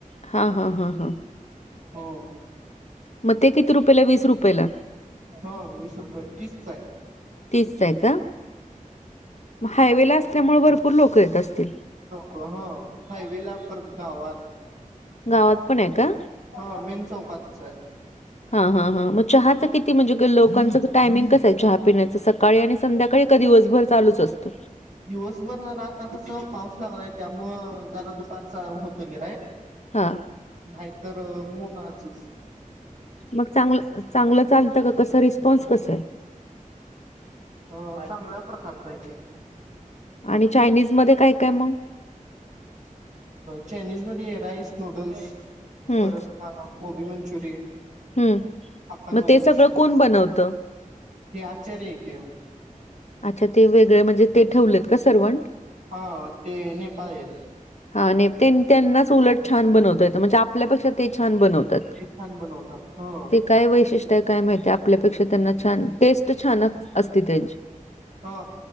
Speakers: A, on the left; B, on the right.
A: हा हा हा हा
B: हो
A: मग ते किती रुपयला वीस रुपययाेला.
B: होा वीस रुपये तीसच आहे.
A: तेीच आहे का म हायवे ला असल्यामुळे भरपूर लोक येत असतील.
B: क ह हायवे ला परत गावात
A: गावात पण आहे का.
B: हो मेन चौकातच आहे.
A: हा हा हां मग चहाच किती म्हणजे लोकांचं टायमिंग कसं आहे चहा पिण्याचं सकाळी आणि संध्याकाळी. दिवसभर चालूच असत.
B: दिवसभर ज आता कस पाऊस लागलाय त्यामुळ जरा दुपारच होत गेलाय.
A: हां.
B: नाहीतर मूनचच.
A: मग चांगलं चांगलं चालतं का कसं रिस्पॉन्स कसं आहे.
B: अ चांगल्या प्रकारच आहेे.
A: आणि चायनीज मध्ये काय काय मग.
B: चायनीज म राईस नूडल्स.
A: हं,
B: परत गबी मंचुरियन.
A: हम्
B: हाक्का नूडल्स
A: मग ते सगळं कोण बनवतं.
B: हे आचारक.
A: अच्छा ते वेगळे म्हणजे ते ठेवलेत का सर्व्हंट
B: हा ते नेपाळ आहेत.
A: हा त्यांनाच उलट छान बनवत येत म्हणजे आपल्यापेक्षा ते छान बनवतात
B: ते छान बनवतात ह
A: ते काय वैशिष्ट काय माहिती आपल्यापेक्षा त्यांना छान टेस्ट छान असते त्यांची
B: हा